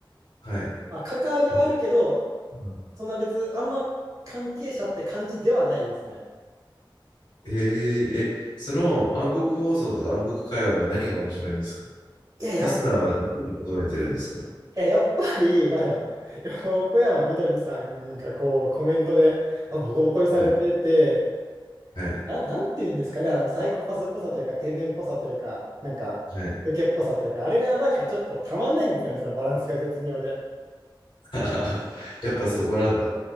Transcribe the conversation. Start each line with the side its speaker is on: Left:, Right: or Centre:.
Left: はい。
Right: まあ、関わりはあるけど、
Left: あ、うん
Right: そんな別、あんま関係者って感じではないですね。
Left: えー、え、その暗黒放送とか暗黒界隈は何が面白いんですか
Right: いや、やっ、
Left: リスナーは何を求めてるんですか
Right: いや、やっぱり、まあ、<laughs> 横山みどりさんがこうコメントで、まあ、ボコボコにされてて、
Left: はい。はい。
Right: あ、なんていうんですかね、あのサイコパスっぽさというか、天然っぽさというか、なんか、
Left: はい。
Right: 受けっぽさというか、あれがなんかちょっとたまんないんですよね、そのバランスが絶妙で。
Left: <laughs> あやっぱそこなんだ。